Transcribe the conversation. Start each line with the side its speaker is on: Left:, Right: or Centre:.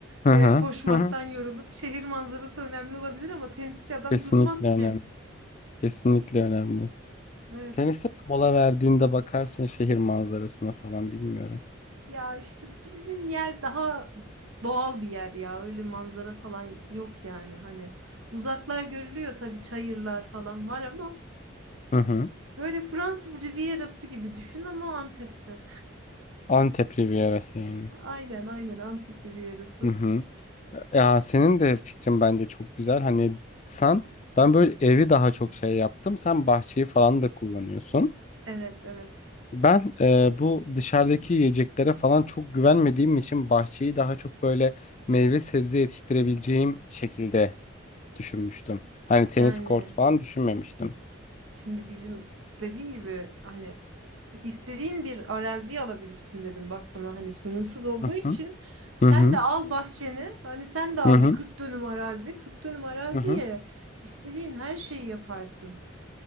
Left: Hı
Right: e,
Left: hı.
Right: koşmaktan
Left: hı hı.
Right: yorulup şehir manzarası önemli olabilir ama tenisçi adam
Left: Kesinlikle
Right: durmaz
Left: önemli.
Right: ki.
Left: Kesinlikle önemli.
Right: Evet.
Left: Teniste de mola verdiğinde bakarsın şehir manzarasına falan bilmiyorum.
Right: Ya işte bizim yer daha doğal bir yer ya. Öyle manzara falan yok yani. Hani uzaklar görülüyor tabii çayırlar falan var ama
Left: Hı hı.
Right: böyle Fransız Rivierası gibi düşün ama Antep'te.
Left: Antep Rivierası yani.
Right: <laughs> Aynen aynen Antep Rivierası.
Left: Hı hı. Ya senin de fikrin bence çok güzel. Hani sen ben böyle evi daha çok şey yaptım. Sen bahçeyi falan da kullanıyorsun.
Right: Evet evet.
Left: Ben e, bu dışarıdaki yiyeceklere falan çok güvenmediğim için bahçeyi daha çok böyle meyve sebze yetiştirebileceğim şekilde düşünmüştüm. Hani tenis
Right: Yani
Left: kortu falan düşünmemiştim.
Right: Şimdi bizim dediğim gibi hani istediğin bir arazi alabilirsin dedim bak sana hani sınırsız olduğu
Left: Hı
Right: için
Left: hı.
Right: sen
Left: Hı hı.
Right: de al bahçeni hani sen de al
Left: Hı hı.
Right: bir 40 dönüm arazi 40 dönüm araziye
Left: Hı hı.
Right: istediğin her şeyi yaparsın.